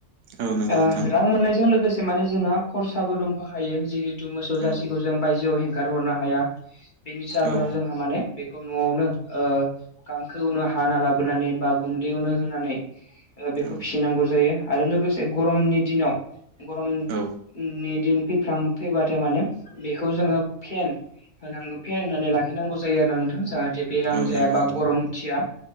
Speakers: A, on the right; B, on the left.
A: औ नंगौ
B: ओ
A: नोंथां
B: रां मोननायजों लोगोसे माने जोंहा खरसाबो दंफाहायो जि बु मोसौ
A: औ
B: जारसिखौ जों बायजोआव हेंगार हरनो हाया बेनि जाहोनाव
A: औ
B: जोंहा माने न'आवनो ओ गांखोआवनो हाना लाबोनानै बा गुन्दैयावनो होनानै बेखौ
A: औ
B: फिसिनांगौ जायो आरो लोगोसे गरमनि दिनाव गरमनि
A: औ
B: दिन फैां फैबाथाय माने बेखौ जोङो फेन होनांगौ फेरायनानै लाखिनांगौ जायो आरो ना नोंथां जाहाथे बेराम
A: औ
B: जाया
A: नंगौ
B: बा
A: नोंथां
B: गरमथिया